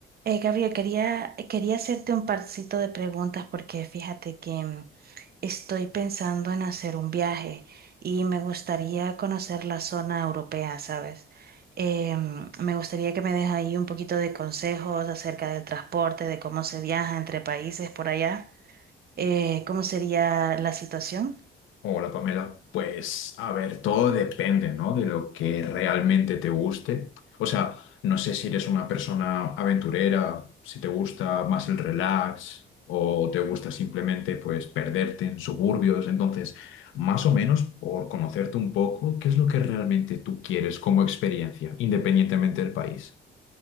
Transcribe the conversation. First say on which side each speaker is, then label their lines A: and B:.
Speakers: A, on the right (about 50°); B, on the left (about 85°).
A: Eh, Gabriel, quería, quería hacerte un parcito de preguntas porque fíjate que mm, estoy pensando en hacer un viaje y me gustaría conocer la zona europea, ¿sabes? Eh, mm, me gustaría que me des ahí un poquito de consejos acerca del transporte, de cómo se viaja entre países por allá. Eh, ¿cómo sería la situación?
B: Hola Pamela, pues a ver, todo depende, ¿no? De lo que realmente te guste. O sea, no sé si eres una persona aventurera, si te gusta más el relax o te gusta simplemente pues perderte en suburbios. Entonces, más o menos por conocerte un poco, ¿qué es lo que realmente tú quieres como experiencia, independientemente del país?